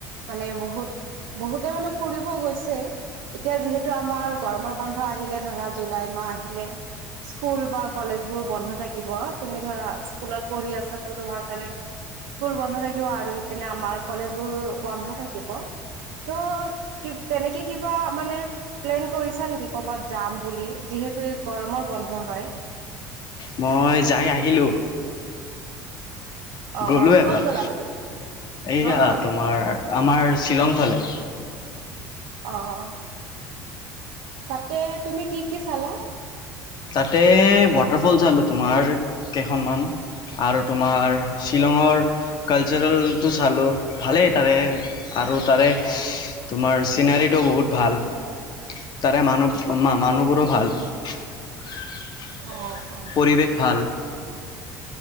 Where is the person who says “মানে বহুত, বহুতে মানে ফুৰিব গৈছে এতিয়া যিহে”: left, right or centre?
Right